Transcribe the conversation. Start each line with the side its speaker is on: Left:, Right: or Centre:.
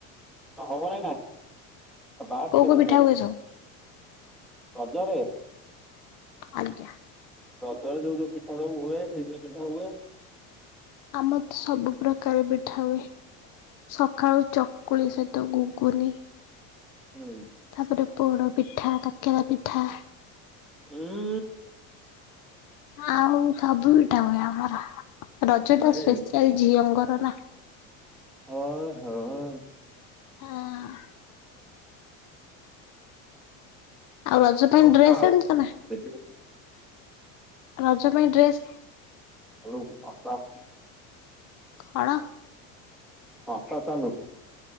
Centre: ହ ହବନେଇନା <unintelligible>
Left: କୋଉ କୋଉ ପିଠା ହୁଏ ସବୁ?
Centre: ରଜରେ।
Left: ଆଜ୍ଞା।
Centre: ରଜରେ ଯୋଉ ଯୋଉ ପିଠା ସବୁ ହୁଏ ସେଇ ସେଇ ପିଠା ହୁଏ।
Left: ଆମ ତ ସବୁ ପ୍ରକାର ପିଠା ହୁଏ। ସଖାଳୁ ଚକୁଳି ସହିତ ଗୁଗୁନି।
Centre: ଉଁ।
Left: ତାପରେ ପୋଡ ପିଠା କାକେରା ପିଠା।
Centre: ଉଁ।
Left: ଆଉ ସବୁ ପିଠା ହୁଏ ଆମର ରଜ
Centre: ନାଇଁରେ
Left: ଟା ସ୍ପେଶାଆଲ ଝିଅଙ୍କର ନା।
Centre: ଓହୋ।
Left: ହଁ। ଆଉ ରଜ ପାଇଁ
Centre: ଭଲ କଥା
Left: ଡ୍ରେସ
Centre: ଆଉ
Left: ଆଣିଚ ନା
Centre: ଦେଖିବୁ
Left: ରଜ ପାଇଁ ଡ୍ରେସ।
Centre: ହ୍ୟାଲୋ <unintelligible>
Left: ଖଣ।
Centre: ସଂସ୍ଥା ଚାଲୁ।